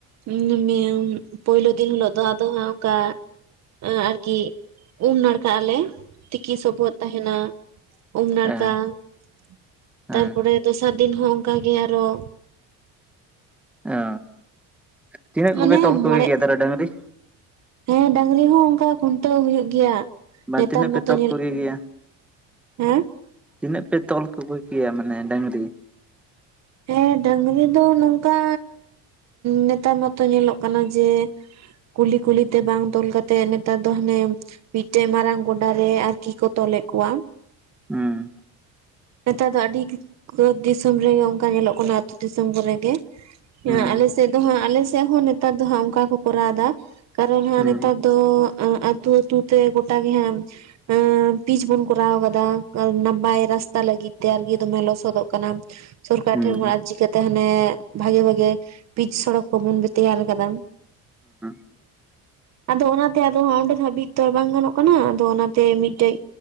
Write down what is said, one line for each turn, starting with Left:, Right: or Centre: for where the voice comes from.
Right: <unintelligible> ᱯᱩᱭᱞᱩ ᱫᱤᱱ ᱦᱤᱞᱚᱜ ᱫᱚ ᱟᱫᱚ ᱦᱟᱸᱜ ᱚᱱᱠᱟ ᱮᱸ ᱟᱨᱠᱤ ᱩᱢ ᱱᱟᱲᱠᱟᱜ ᱟᱞᱮ ᱾ ᱛᱤᱠᱤ ᱥᱚᱵᱚᱫ ᱛᱟᱦᱮᱱᱟ, ᱩᱢ ᱱᱟᱲᱠᱟ
Centre: ᱦᱮᱸ
Right: ᱾
Centre: ᱦᱮᱸ
Right: ᱛᱟᱨᱯᱚᱨᱮ ᱫᱚᱥᱟᱨ ᱫᱤᱱ ᱦᱚᱸ ᱚᱱᱠᱟ ᱜᱮ ᱟᱨᱚ
Centre: ᱚ, ᱛᱤᱱᱟᱹᱜ
Right: ᱢᱟᱱᱮ
Centre: ᱠᱚᱯᱮ ᱛᱚᱞ ᱠᱚᱜᱮ
Right: ᱢᱚᱬᱮ
Centre: ᱜᱮᱭᱟ ᱛᱟᱦᱚᱞᱮ ᱰᱟᱹᱝᱨᱤ?
Right: ᱦᱮᱸ ᱰᱟᱹᱝᱨᱤ ᱦᱚᱸ ᱚᱱᱠᱟ ᱠᱷᱩᱱᱴᱟᱹᱣ ᱦᱩᱭᱩᱜ ᱜᱮᱭᱟ᱾
Centre: ᱵᱟ
Right: ᱱᱮᱛᱟᱨ
Centre: ᱛᱤᱱᱟᱹᱜ ᱯᱮ
Right: ᱢᱟᱛᱚ
Centre: ᱛᱚᱞ
Right: ᱧᱮᱞ
Centre: ᱠᱚᱜᱮ ᱜᱮᱭᱟ?
Right: ᱦᱮᱸ?
Centre: ᱛᱤᱱᱟᱹᱜ ᱯᱮ ᱛᱚᱞ ᱠᱚᱜᱮ ᱠᱮᱭᱟ ᱢᱟᱱᱮ ᱰᱟᱹᱝᱨᱤ?
Right: ᱦᱮᱸ ᱰᱟᱹᱝᱨᱤ ᱫᱚ ᱱᱚᱝᱠᱟ ᱱᱮᱛᱟᱨ ᱢᱟᱛᱚ ᱧᱮᱞᱚᱜ ᱠᱟᱱᱟ ᱡᱮ ᱠᱩᱞᱦᱤ ᱠᱩᱞᱦᱤᱛᱮ ᱵᱟᱝ ᱛᱚᱞ ᱠᱟᱛᱮᱫ ᱱᱮᱛᱟᱨ ᱫᱚ ᱦᱟᱱᱮ ᱢᱤᱫᱴᱮᱱ ᱢᱟᱨᱟᱝ ᱜᱚᱰᱟ ᱨᱮ ᱟᱨᱠᱤ ᱠᱚ ᱛᱚᱞᱮᱫ ᱠᱚᱣᱟ᱾
Centre: ᱦᱩᱸ᱾
Right: ᱱᱮᱛᱟᱨ ᱫᱚ ᱟᱹᱰᱤ, ᱠᱩᱫ ᱫᱤᱥᱚᱢ ᱨᱮᱜᱮ ᱚᱱᱠᱟ ᱧᱮᱞᱚᱜ ᱠᱟᱱᱟ ᱟᱛᱳ ᱫᱤᱥᱚᱢ ᱠᱚᱨᱮ ᱜᱮ᱾ ᱦᱮᱸ
Centre: ᱦᱩᱸ
Right: ᱟᱞᱮ ᱥᱮᱫ ᱫᱚ ᱦᱟᱸᱜ ᱟᱞᱮ ᱥᱮᱫ ᱦᱚᱸ ᱱᱮᱛᱟᱨ ᱫᱚ ᱦᱟᱸᱜ ᱚᱱᱠᱟ ᱠᱚ ᱠᱚᱨᱟᱣᱫᱟ᱾ ᱠᱟᱨᱚᱱ ᱦᱟᱸᱜ
Centre: ᱦᱩᱸ
Right: ᱱᱮᱛᱟᱨ ᱫᱚ ᱟᱸᱜ ᱟᱹᱛᱩ ᱟᱹᱛᱩ ᱛᱮ ᱜᱚᱴᱟ ᱜᱮ ᱦᱟᱸᱜ ᱦᱮᱸ ᱯᱤᱪ ᱵᱚᱱ ᱠᱚᱨᱟᱣ ᱠᱟᱫᱟ <unintelligible> ᱛᱟ ᱞᱟᱹᱜᱤᱫ ᱛᱮ ᱟᱨᱠᱤ ᱫᱚᱢᱮ ᱞᱚᱥᱚᱫᱚᱜ ᱠᱟᱱᱟ, ᱥᱚᱨᱠᱟᱨ
Centre: ᱦᱩᱸ
Right: ᱴᱷᱮᱱ ᱵᱟᱱ ᱟᱨᱡᱤ ᱠᱟᱛ ᱛᱮ ᱦᱟᱱᱮ ᱵᱷᱟᱜᱮ ᱵᱷᱟᱜᱮ ᱯᱤᱪ ᱥᱚᱲᱚᱠ ᱠᱚᱵᱚᱱ ᱛᱮᱭᱟᱨ ᱠᱟᱫᱟ᱾
Centre: <inaudible>
Right: ᱟᱫᱚ ᱚᱱᱟᱛᱮ ᱟᱫᱚ ᱦᱟᱸᱜ ᱚᱸᱰᱮ ᱫᱷᱟᱵᱤᱡ ᱛᱚ ᱟᱨ ᱵᱟᱝ ᱜᱟᱱᱚᱜ ᱠᱟᱱᱟ ᱟᱫᱚ ᱚᱱᱟᱛᱮ ᱢᱤᱫᱴᱮᱡ